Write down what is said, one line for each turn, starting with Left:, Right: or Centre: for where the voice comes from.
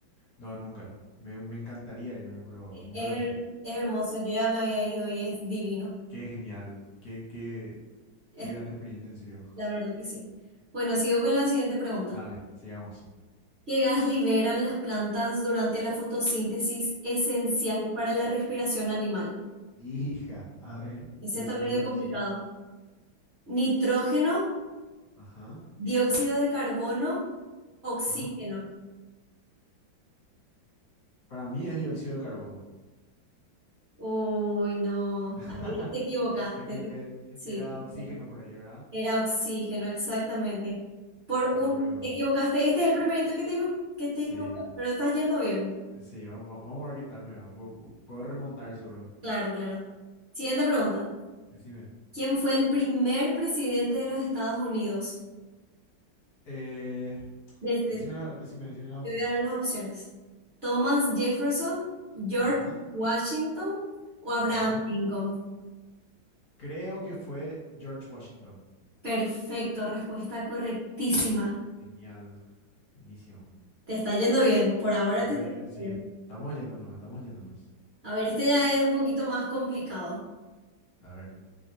Left: No, nunca. Me, me encantaría irme, pero
Right: Es,
Left: nunca
Right: her-
Left: me fui.
Right: es hermoso. Yo ya me había ido y es divino.
Left: Qué genial, qué, qué,
Right: Es,
Left: qué gran experiencia, en serio.
Right: la verdad que sí. Bueno, sigo con la siguiente pregunta.
Left: Dale, sigamos.
Right: ¿Qué gas liberan las plantas durante la fotosíntesis esencial para la respiración animal?
Left: Hija, a ver,
Right: Ese
Left: decime
Right: está medio
Left: las
Right: complicado.
Left: opciones.
Right: ¿Nitrógeno?
Left: Ajá,
Right: Dióxido de carbono, oxígeno.
Left: ajá. Para mí es dióxido de carbono.
Right: Uy, no,
Left: <laughs>
Right: ahí te equivocaste.
Left: Me equivoqué.
Right: te- Sí,
Left: Era
Right: te equivocaste.
Left: oxígeno por ahí, ¿verdad?
Right: Era oxígeno, exactamente. Por
Left: Bueno,
Right: un,
Left: pero
Right: te equivocaste. Este es el primerito que te, que te
Left: sí,
Right: equivocas, pero estás yendo bien.
Left: sí, vamos, va- vamos a ver qué tal me va. Pu- Puedo, remontar seguro.
Right: Claro, claro. Siguiente pregunta.
Left: Decime.
Right: ¿Quién fue el primer presidente de los Estados Unidos?
Left: Eh,
Right: Desde,
Left: decime
Right: te
Left: la- decime, decime las opciones.
Right: voy a dar las opciones. ¿Thomas Jefferson, George
Left: Ajá,
Right: Washington o Abraham
Left: ajá.
Right: Lincoln?
Left: Creo que fue George Washington.
Right: Perfecto, respuesta correctísima.
Left: Genial. Inicio.
Right: Te está yendo bien, por ahora
Left: Estoy,
Right: te está yendo
Left: sí,
Right: bien.
Left: estamos yéndonos, estamos yéndonos.
Right: A ver, este ya es un poquito más complicado.
Left: A ver.